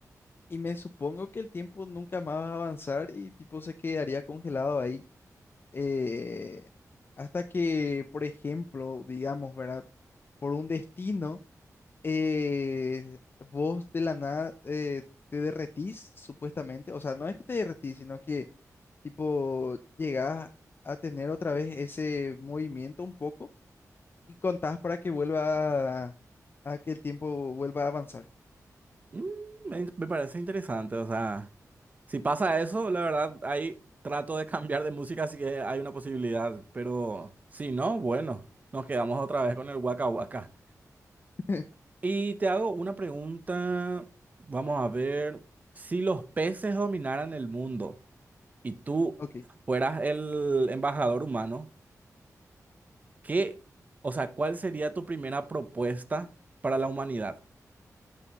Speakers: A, on the left; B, on the right.
A: Y me supongo que el tiempo nunca más va a avanzar y tipo se quedaría congelado ahí. eh, hasta que, por ejemplo, digamos, ¿verdad? Por un destino. eh, vos de la nada eh, te derretís, supuestamente. O sea, no es que te derretís, sino que tipo llegás a tener otra vez ese movimiento un poco y contás para que vuelva a, a que el tiempo vuelva a avanzar.
B: Mm, Me, me parece interesante, o sea, si pasa eso, la verdad, ahí trato de cambiar de música, así que hay una posibilidad, pero si no, bueno, nos quedamos otra vez con el Waka Waka.
A: <laughs>
B: Y te hago una pregunta, vamos a ver, si los peces dominaran el mundo y tú
A: Ok.
B: fueras el embajador humano, ¿qué, o sea, cuál sería tu primera propuesta para la humanidad?